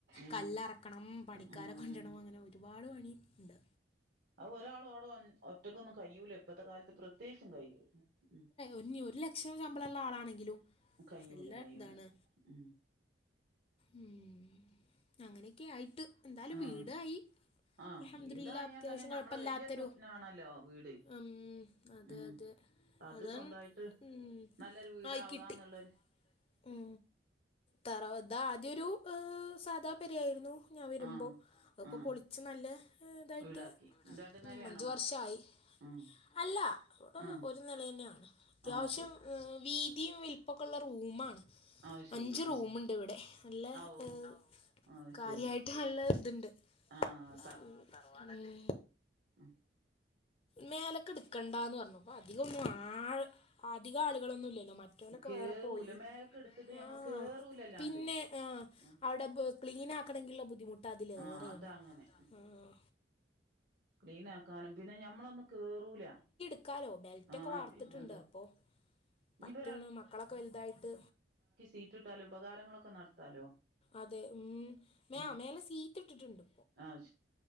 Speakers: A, on the right; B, on the left.
A: ഉം
B: കല്ലറക്കണം പണിക്കാര
A: ഉം
B: കൊണ്ടണം അങ്ങനെ ഒരുപാട് പണി ഉണ്ട്
A: അഹ് ഒരാളോടൊന്ന് ഒറ്റക്കൊന്നും കഴൂല ഇപ്പത്തെ കാലത്ത് പ്രത്യേകിച്ചും കഴൂല്ല ഉം
B: ഇഞ്ഞ് ഒരു ലക്ഷം ശമ്പളള്ള ആളാണെങ്കിലും
A: കയ്യൂല
B: നല്ല
A: കയ്യൂല
B: താണ്
A: ഉം
B: ഉം അങ്ങനെയൊക്കെ ആയിട്ട് എന്തായാലും
A: ആഹ്
B: വീടായി
A: ആഹ്
B: അൽഹംദുലില്ലാ
A: വീടായാ
B: അത്യാവശ്യം
A: തന്നെ ഞമ്മളെ
B: കുഴപ്പമില്ലാത്തൊരു
A: വല്യ സ്വപ്നാണല്ലോ വീട്
B: ഉം, അതെ
A: ഉം
B: അതെ
A: അത്
B: അതാണ്
A: സ്വന്തായിട്ട്നല്ലൊരു
B: ഉം,
A: വീടാവാന്നുള്ളൊര്
B: ആയി കിട്ടി ഉം തറവ ഇത് ആദ്യൊരു സാദാ പെ രേയിരുന്നു ഞാൻ വരുമ്പോ
A: ആഹ്
B: അഹ് പ്പം
A: ആഹ്
B: പൊളിച്ച് നല്ല ഇതായിട്ട്
A: വീടാക്കി രണ്ട് നെലയാണോ
B: ഉം അഞ്ചു വർഷായി
A: ആഹ്
B: അല്ല വിടെ
A: ആഹ്
B: ഒരു നില ന്നെയാണ് അത്യാവശ്യം
A: ആഹ് ശരി
B: വീതിയും വെൽപ്പൊക്കള്ള റൂമാ
A: ആഹ് ശരി
B: അഞ്ച്റൂമുണ്ട്
A: ആഹ്
B: ഇവിടെ നല്ല
A: ആഹ് ഓഹ്
B: ഏ
A: ആഹ്
B: കാര്യായിട്ട്
A: ശരി
B: നല്ല ഇത്ണ്ട്
A: ആഹ്
B: ആ തറവാടല്ലേ
A: ഉം
B: മേലക്ക് ഇട്ക്കേണ്ട ന്ന് പറഞ്ഞു അധി കൊന്നും ആള് അധിക ആളുകളൊന്നും ഇല്ലല്ലോ മ മറ്റലൊക്കെ
A: കേറൂല
B: വേറെ പോയി
A: മേലക്ക് എടുത്തിട്ട് ഞമ്മൾ
B: ആഹ്
A: കേറൂലല്ലാണ്ട്
B: പിന്നെ ആഹ്
A: ഉം
B: അവിടെ പൊ ക്ലീൻ ആക്കണെങ്കിള്ള ബുദ്ധിമുട്ട് അതിലേറെയാണ്
A: ആഹ് അതങ്ങനെ
B: ആഹ്
A: ക്ലീൻ ആക്കാനും പിന്നെ ഞമ്മളൊന്നും കേറൂല
B: ക്കാലോ ബെൽറ്റ ഒക്കെ
A: ആഹ്
B: വാർത്തിട്ടുണ്ട്
A: പിന്നെന്താ
B: അപ്പൊ
A: ഇനിയിപ്പോ
B: പറ്റാണ് മക്കളൊക്കെ വൽതായിട്ട്
A: സീറ്റിട്ടാലോ ഉപകാരങ്ങളൊക്കെ നടത്താലോ
B: അതെ ഉം മേ
A: ഉം
B: മേലെ സീറ്റ് ഇട്ടിട്ട്ണ്ട്
A: ആഹ്